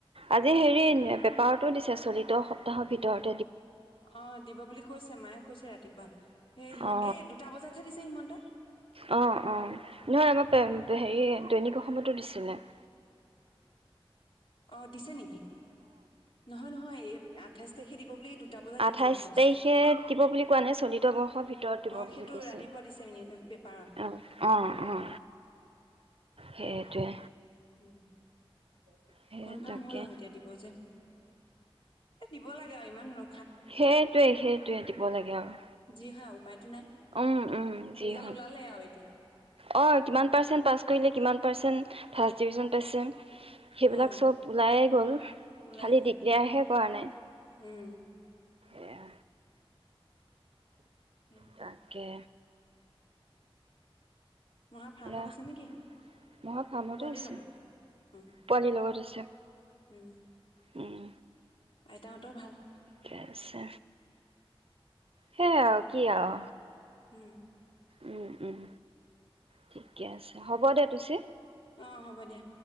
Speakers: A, on the right; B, on the left.
A: আজি হেৰি পেপাৰটো দিছে চলিত সপ্তাহৰ ভিতৰত
B: অ, দিব বুলি কৈছে, মায়ে কৈছে ৰাতিপুৱা। হেই
A: অ।
B: এই দুটা বজাতহে দিছে হিমন্ত
A: অ' অ' নহয় আমাৰ হেৰি দৈনিক অসমতো দিছে। তনে। <inaudible>
B: অ' দিছে নেকি? নহয় নহয় এই আঠাইছ তাৰখে দিব বুলি দুটা বজাত
A: আঠাইশ
B: ডিক্লেয়াৰ কৰিছে
A: তাৰিখে দিব বুলি কোৱা নাই। চলিত বৰ্ষৰ ভিতৰত দিব
B: অ সেইটো
A: বুলি কৈছে
B: ৰাতিপুৱা দিছে নি পেপাৰত
A: অ' অ' সেইটোৱে।
B: উম <inaudible>
A: সেই
B: কনফাৰ্ম
A: তাকে
B: হ'ল আও এতিয়া। দিব যে এ দিব লাগে। য় ইমান নু
A: সেইটোৱেই সেইটোৱে দিব লাগে আৰু।
B: যি হয় উপায়তো নাই।
A: উম উম যি
B: ৰিজাল্ট
A: হ'ল
B: ওলালে আও এতিয়া।
A: অ' কিমান পাৰ্চেণ্ট পাছ কৰিলে, কিমান পাৰ্চেণ্ট ফাৰ্ষ্ট ডিভিজন পাইছে, সেইবিলাক
B: অ
A: চব ওলাই গ'ল।
B: ওলাই
A: খালি
B: গ'ল
A: দিক্লেয়াৰহে কৰা নাই।
B: উম
A: এয়া
B: সেই
A: <inaudible> তাকে
B: মহা ফাৰ্মত
A: <unintelligible>
B: আছে নেকি
A: মহা ফাৰ্মতে
B: পোৱালিৰ
A: আছে
B: লগত উম
A: পোৱালিৰ লগত আছে
B: উম,
A: উম,
B: আইতাহঁতৰ ভাল?
A: ঠিকে আছে। সেয়ে আৰু কি আৰু।
B: হুম।
A: উম -উম ঠিকে আছে হ'ব দে তুচি।
B: অঁ হ'ব দিয়া।